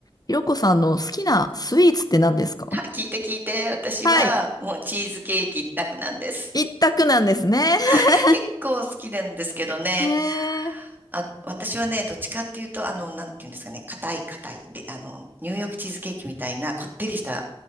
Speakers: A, on the left; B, on the right.
A: ひろこさんの好きなスイーツって何ですか
B: はい、聞いて聞いて。私はもうチーズケーキ一択なんです。
A: はい。一択なんですね。<laughs>
B: <laughs> 結構好きなんですけどね。
A: へえー、
B: あ、私はね、どっちかっていうと、あの、なんていうんですかね、硬い硬い。で、あの、ニューヨークチーズケーキみたいなこってりした、